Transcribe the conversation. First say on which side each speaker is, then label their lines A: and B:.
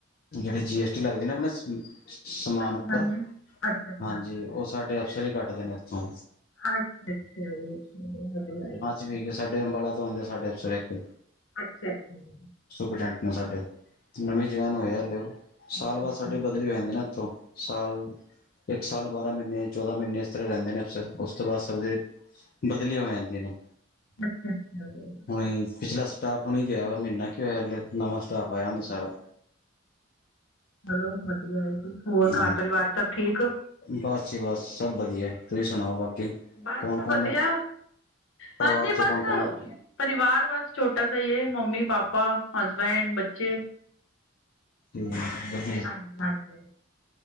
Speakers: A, on the left (about 50°); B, on the left (about 70°).
A: ਜਿਹੜੇ ਜੀ ਐਸ ਟੀ ਲੱਗਦੇ ਨਾ ਆਪਣੇ ਸਮਾਨ
B: ਹਾਂਜੀ
A: ਉੱਪਰ
B: ਹਾਂਜੀ ਅੱਛਾ ਅੱਛਾ
A: ਹਾਂਜੀ
B: ਜੀ
A: ਉਹ ਸਾਡੇ ਅਫਸਰ ਹੀ ਕੱਟਦੇ ਨੇ ਇੱਥੋਂ
B: ਅੱਛਾ-ਅੱਛਾ ਜੀ ਵਧੀਆ
A: ਜਿਵੇ ਸਾਡੇ ਅੰਬਾਲਾ ਤੋਂ ਆਉਂਦੇ ਆ ਸਾਡੇ ਅਫਸਰ ਇੱਕ
B: ਅੱਛਾ-ਅੱਛਾ ਜੀ
A: ਸੁਪਰੀਡੈਟ ਨੂੰ ਸਾਡੇ, ਨਵੀ ਜਵਾਨ ਇਹ ਲਿਓ ਸਾਲ
B: ਅੱਛਾ
A: ਬਾਅਦ ਸਾਡੀ ਬਦਲੀ ਹੋ ਜਾਂਦੀ ਨਾ ਇੱਥੋਂ ਸਾਲ ਇੱਕ ਸਾਲ, ਬਾਰਾਂ ਮਹੀਨੇ, ਚੌਦਾਂ ਮਹੀਨੇ ਇਸ ਤਰ੍ਹਾਂ ਰਹਿੰਦੇ ਨੇ ਅਫਸਰ ਉਸ ਤੋਂ ਬਾਅਦ ਸਭ ਦੇ ਬਦਲੀਆਂ ਹੋ ਜਾਂਦੀਆਂ ਨੇ,
B: ਅੱਛਾ ਅੱਛਾ ਜੀ
A: ਹੁਣ ਪਿਛਲਾ ਸਟਾਫ ਹੁਣੀ ਗਿਆ ਮਹੀਨਾ ਕਿ ਹੋਇਆ ਨਵਾ ਸਟਾਫ ਆਇਆ ਹੁਣ ਸਾਰਾ
B: ਚਲੋ ਵਧੀਆ ਹੈ ਹੋਰ
A: ਹਾਂਜੀ
B: ਘਰ ਪਰਿਵਾਰ ਸਭ ਠੀਕ
A: ਬਸ ਜੀ ਬਸ ਸਭ ਵਧੀਆ ਤੁਸੀਂ ਸੁਣਾਓ ਬਾਕੀ
B: ਬਸ
A: ਕੌਣ ਕੌਣ
B: ਵਧੀਆ,
A: ਨੇ ਪਰਿਵਾਰ
B: ਹਾਂਜੀ
A: ਚ
B: ਬਸ
A: ਕੌਣ ਕੌਣ
B: ਪਰਿਵਾਰ ਬਸ ਛੋਟਾ ਸਹੀ ਹੈ ਮੰਮੀ, ਪਾਪਾ, ਹਸਬੈਂਡਤੇ ਬੱਚੇ
A: ਹਮ
B: ਹਾਂਜੀ-ਹਾਂਜੀ